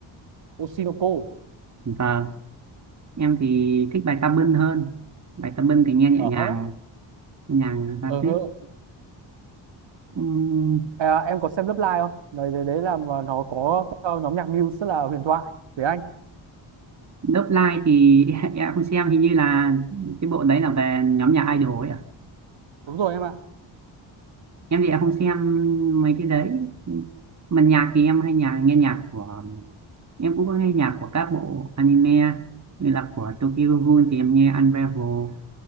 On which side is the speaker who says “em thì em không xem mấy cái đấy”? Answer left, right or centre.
Right